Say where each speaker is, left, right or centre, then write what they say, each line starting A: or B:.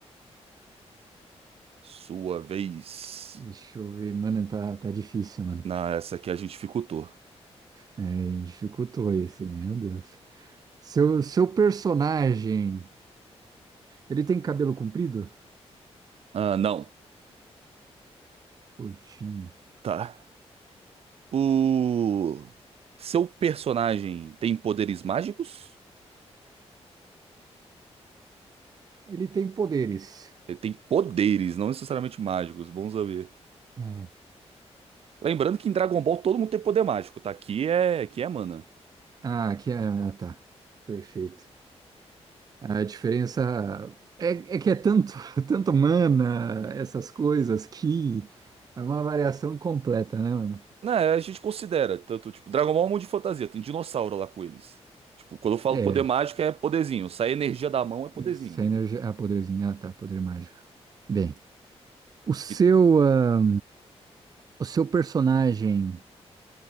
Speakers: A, on the right; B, on the right.
A: Sua vez.
B: S- Deixa eu ver, mano, tá, tá difícil, mano.
A: Na essa aqui a gente dificultou.
B: É, dificultou esse, né? Meu Deus. Seu, seu personagem, ele tem cabelo comprido?
A: Ah, não.
B: Curtinho.
A: Tá. O seu personagem tem poderes mágicos?
B: Ele tem poderes.
A: Ele tem poderes, não necessariamente mágicos, bom saber.
B: É.
A: Lembrando que em Dragon Ball todo mundo tem poder mágico, tá? Aqui é, aqui é mana.
B: Ah, aqui é. Ah, tá. Perfeito. A diferença é, é que é tanto, <laughs> tanto mana, essas coisas, que é uma variação completa, né, mano?
A: Né, a gente considera, tanto, tipo, Dragon Ball é um mundo de fantasia, tem dinossauro lá com eles. Tipo, quando eu falo
B: É.
A: poder mágico é poderzinho, sai energia da mão é poderzinho,
B: Essa
A: entendeu?
B: energia. Ah, poderzinho. Ah, tá. Poder mágico. Bem. O seu,
A: E-
B: ah, o seu personagem,